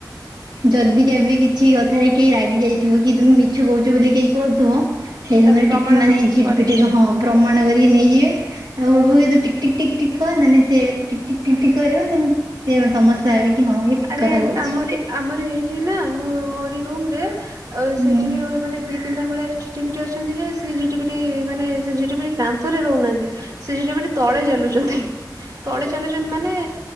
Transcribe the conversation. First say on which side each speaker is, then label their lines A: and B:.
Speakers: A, on the right; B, on the right.
A: ଯଦି କେବେ କିଛି କଥାରେ କେହି ରାଗି ଯାଇଥିବ କି ତୁମେ ମିଛ କହୁଛ ବୋଲି କେହି କହୁଥିବ। ସେଇ ସମୟରେ
B: ତାକୁ ପ୍ରମାଣ
A: ଟିକ୍ ମାନେ
B: ଦେବି
A: ଝିଟିପିଟି
B: କରିବି
A: କି ହଁ ପ୍ରମାଣ କରିକି ନେଇଯିବେ। ଆଉ ବୋବେଇ କି ଟିକ୍, ଟିକ୍, ଟିକ୍, ଟିକ୍, କହନ୍ତିନି ସେଆକୁ ଟିକ୍, ଟିକ୍, ଟିକ୍ କରିବ। ତେଣୁ ସମସ୍ତେ ଭାବିବେ କି ହଁ ଇଏ ଠିକ୍
B: ଆରେ
A: କଥା କହୁଛି।
B: ଆମରି ଆମର ଏଇଠି ନା ମୁଁ ମୋରି ରୁମ ରେ ଅ
A: ହୁଁ
B: ସେଠି ବି ମାନେ ଦି ତିନିଟା ଭଳିଆ ଝି ଝିଟିପିଟି ଅଛନ୍ତି ଯେ ସେ ଝିଟିପିଟି ମାନେ ସେ ଝିଟିପିଟି କାନ୍ଥରେ ରହୁନାହାନ୍ତି। ସେ ଝିଟିପିଟି ତଳେ ଚାଲୁଛନ୍ତି। ତଳେ ଚାଲୁଛନ୍ତି ମାନେ